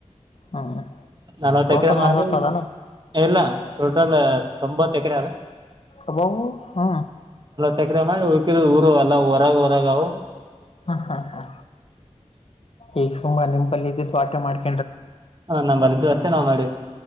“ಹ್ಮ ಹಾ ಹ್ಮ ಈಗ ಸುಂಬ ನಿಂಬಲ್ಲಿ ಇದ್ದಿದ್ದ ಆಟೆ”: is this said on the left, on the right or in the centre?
Left